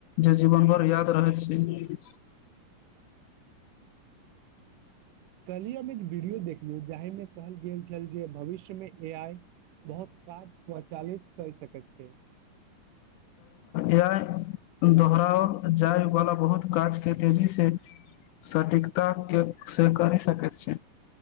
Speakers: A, on the left; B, on the right.
A: जे जीवन भर याद रहैत छै
B: <inaudible> कलहि हम एक वीडियो देखलियौ जाहिमे कहल गेल छल जे भविष्यमे ए आइ बहुत काज स्वचालित कर सकैत छै
A: य दोहराओ जाय वाला बहुत काज के तेजी से सठीकता के से कर सक छै